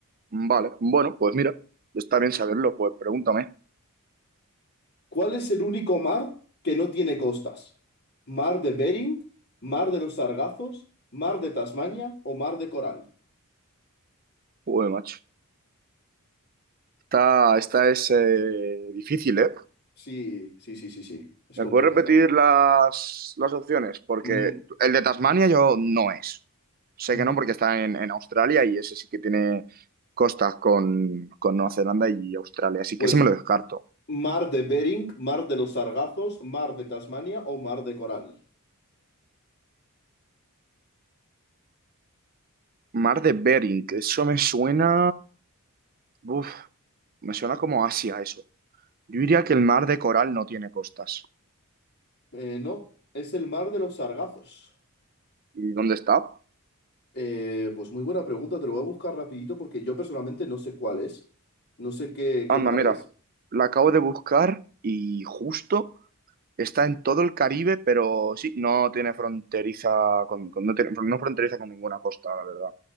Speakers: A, on the right; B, on the left.
A: vale. Bueno, pues mira, está bien saberlo, pues pregúntame.
B: ¿Cuál es el único mar que no tiene costas? ¿Mar de Bering? ¿Mar de los Sargazos? ¿Mar de Tasmania o mar de Coral?
A: Joder, macho. Esta, esta es eh, difícil, ¿eh?
B: Sí, sí, sí, sí, sí, es
A: ¿Me
B: complicada.
A: puedes repetir las, las opciones? Porque
B: Mm,
A: el de Tasmania yo no es. Sé
B: M-
A: que no porque está en, en Australia y ese sí que tiene costas con, con Nueva Zelanda y Australia, así
B: Pues
A: que ese me lo descarto.
B: mar de Bering, mar de los Sargazos, mar de Tasmania o mar de Coral.
A: Mar de Bering, que eso me suena... Uf, me suena como Asia eso. Yo diría que el mar de Coral no tiene costas.
B: Eh, no, es el mar de los Sargazos.
A: ¿Y dónde está?
B: Eh, pues muy buena pregunta, te lo voy a buscar rapidito porque yo personalmente no sé cuál es. No sé qué, qué
A: Anda,
B: mar
A: mira,
B: es.
A: la acabo de buscar y justo... Está en todo el Caribe, pero sí, no tiene fronteriza con, con- no tiene- no fronteriza con ninguna costa, la verdad.